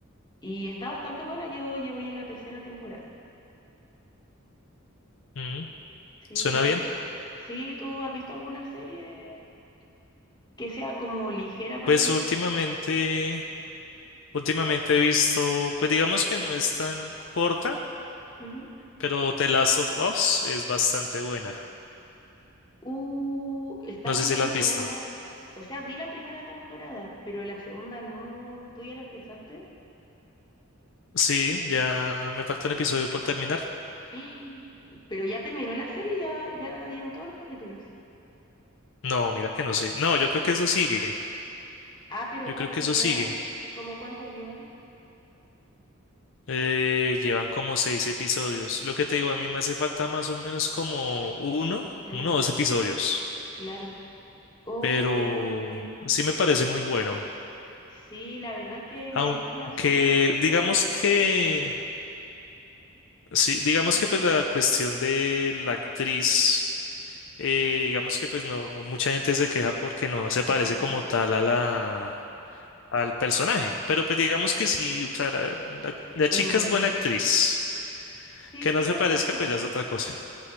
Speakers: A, on the left (about 20°); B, on the left (about 60°).
A: Y está bastante buena, yo ya voy en la tercera temporada.
B: Mm,
A: Sí.
B: ¿Suena bien?
A: Sí, ¿tú has visto alguna serie que sea como ligera para
B: Pues
A: ver?
B: últimamente, últimamente he visto, pues digamos que no es tan corta,
A: Ujú.
B: pero The Last of Us es bastante buena.
A: Uh, ¿estás
B: No
A: viendo
B: sé si
A: la
B: la
A: segunda?
B: has visto.
A: O sea, vi la primera temporada, pero la segunda no. ¿Tú ya la empezaste?
B: Sí, ya me falta un episodio por terminar.
A: <gasps> Pero ya terminó la serie, ya, ya dieron todos los capítulos.
B: No, mira que no sé. No, yo creo que eso sigue.
A: Ah, pero
B: Yo
A: ¿cuántos
B: creo que eso
A: llevan?
B: sigue.
A: ¿Cómo cuántos llevan?
B: Eh, llevan como seis episodios. Lo que te digo, a mí me hace falta más o menos como uno,
A: Mm,
B: uno o dos episodios.
A: claro. Oh,
B: Pero
A: qué buena idea.
B: sí me parece muy bueno.
A: Sí, la verdad es que
B: Aunque
A: me diste una súper buena idea.
B: digamos que, sí, digamos
A: Mm.
B: que pues la cuestión de la actriz, eh, digamos que pues no, mucha gente se queja porque no se parece
A: <laughs>
B: como tal a la, al personaje, pero pues digamos que sí, o sea, la, la- la chica
A: Mm,
B: es buena actriz,
A: Sí,
B: que no se
A: es
B: parezca
A: verdad.
B: pues ya es otra cosa.